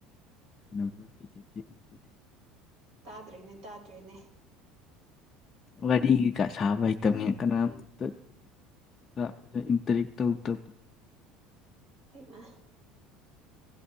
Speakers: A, on the left (about 25°); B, on the right (about 55°).
A: ꯁꯥꯟꯅꯕ꯭ꯔ ꯍꯩꯖꯗꯦ ꯈꯣꯏꯗꯤ
B: ꯇꯥꯗ꯭ꯔꯦꯅꯦ ꯇꯥꯗ꯭ꯔꯦꯅꯦ
A: ꯋꯥꯔꯤ ꯀꯩꯀꯥ ꯁꯥꯕ ꯍꯩꯇꯝꯉ ꯀꯅꯥꯝꯇ ꯐꯖꯅ ꯏꯟꯇꯔꯦꯛ ꯇꯧ <unintelligible>
B: ꯍꯩꯃꯥ